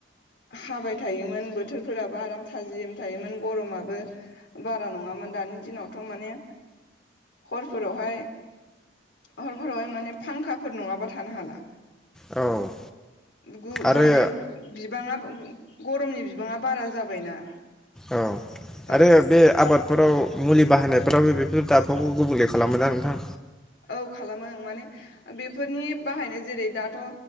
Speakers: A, on the left; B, in the centre.
A: हाबाय थायोमोन बोथोरफोराबो आराम थाजिम थायोमोन गरमाबो बारा नङामोन दानि दिनावथ' माने हरफोरावहाय हरफोरावहाय माने फांखाफोर नङाबा थानो हाला
B: औ
A: गु
B: आरो
A: माने बिबाङा गरमनि बिबाङा बारा जाबायना
B: औ
A: औ
B: आरो बे आबादफोराव मुलि बाहायनायफ्रावबो बेफोर दाबफावखौ गुबुंले खालामो ना नोंथां
A: औ खालामो ओं माने बेफोरनि बाहायनो जेरै दाथ'